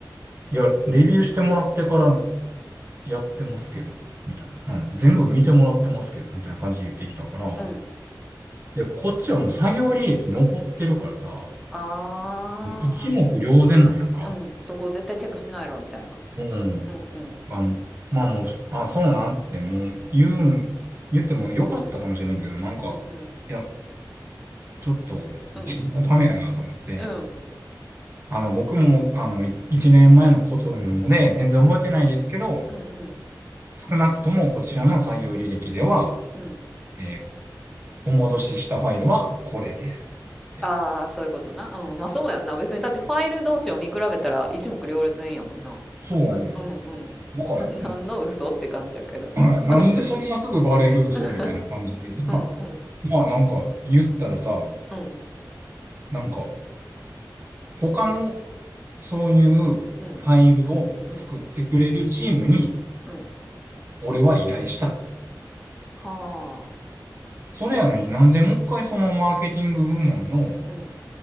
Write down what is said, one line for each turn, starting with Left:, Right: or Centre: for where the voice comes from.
Right: いや、レビューしてもらってからやってますけど、みたいな。うん。全部見てもらってますけど、みたいな感じで言ってきたから。
Centre: うん。
Right: で、こっちはもう作業履歴残ってるからさ、
Centre: ああ。
Right: 一目瞭然なんやんか。
Centre: うん。そこ絶対チェックしてないろ、みたいな。
Right: うん。
Centre: うんうん。
Right: あ、まあもう、あ、そうなんてもう言うん、言ってもよかったかもしれんけど、なんか、
Centre: うんうん。
Right: いや、ちょっと、こいつダメだなと思って、
Centre: うん。うん。
Right: あの、僕も、あの、い一年前のことなので、全然覚えてないですけど、
Centre: うん。うんうん。
Right: 少なくともこちらの作業履歴では、
Centre: うん。
Right: えーお戻ししたファイルはこれですって。
Centre: ああ、そういうことな。うん。まあ、そうやんな。別に、だってファイル同士を見比べたら一目瞭然やもんな。
Right: そうやね
Centre: うん
Right: だから、
Centre: うん。何の嘘って感じやけど。
Right: うん、<laughs> なんでそんなすぐバレる嘘みたいな感じで。
Centre: うん <laughs> うんうん
Right: まあ、まあなんか言ったらさ、
Centre: うん
Right: なんか他のそういうファイルを作ってくれるチームに
Centre: うんうんうんうん
Right: 俺は依頼したと。
Centre: はあ
Right: それやのになんでもう一回そのマーケティング部門の
Centre: うん